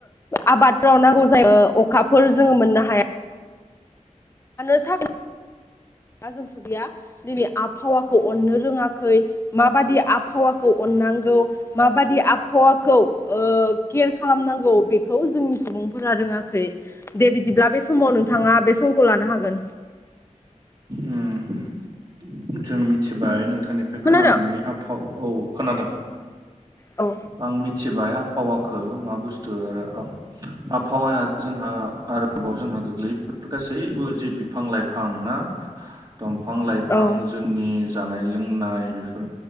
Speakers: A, on the left; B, on the right.
A: आबादफोराव नांगौ जायो अखाफोर जोङो मोननो हाया। मानो थाबनो। दा जों सुबैया दिनै आबहावाखौ अननो रोङाखै माबादि आबहावाखौ अननांगौ माबादि आबहावाखौ केयार खालामनांगौ बेखौ जोंनि सुबुंफोरा रोङाखै दे बिदिब्ला बे समाव नोंथाङा बे सम। खौ लानो हागोन।
B: उम जों मिथिबाय नोंथां। आंनिफ्राय
A: खोनादों
B: खोनानानै आबहाव औ खोनादों।
A: औ
B: आं मिथिबाय। आबहावाखौ मा बुस्थु आरो आबहावाया जोंहा आरोबाव जोंहा गोग्लैयो बेफोर गासैबो जे बिफां लाइफां ना दंफां
A: औ
B: आं जोंनि जानाय लोंनाय बेफोर